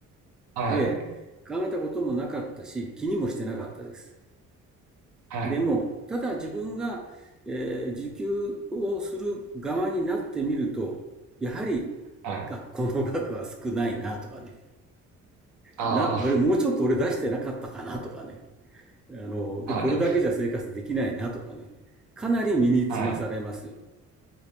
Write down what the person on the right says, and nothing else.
はい。
はい。
はい。
あ
あ、
はい。
はい。